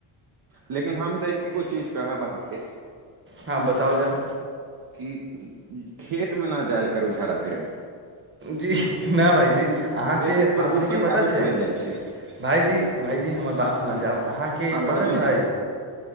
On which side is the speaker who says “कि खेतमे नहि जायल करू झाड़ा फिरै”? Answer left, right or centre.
Right